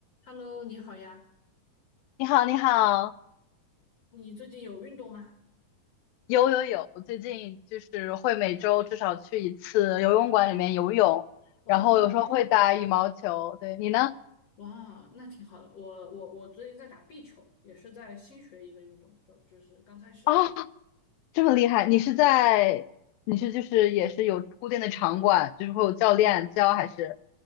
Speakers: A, on the left; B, on the left.
A: Hello，你好呀，
B: 你好，你好，
A: 你最近有运动吗？
B: 有有有，我最近就是会每周至少去一次游泳馆里面游泳，
A: 哇，
B: 然后有时候会打羽毛球。
A: 有运
B: 对，你呢？
A: 哇，那挺好的。我我我最近在打壁球，也是在新学一个运动，就就是刚开始。
B: 啊，这么厉害！你是在，你是就是也是有固定的场馆，就是会有教练教还是？